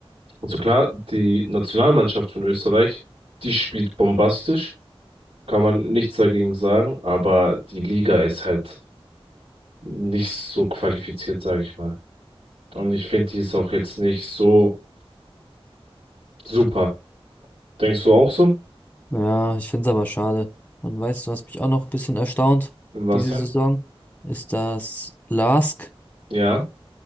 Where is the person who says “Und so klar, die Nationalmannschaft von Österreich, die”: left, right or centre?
Right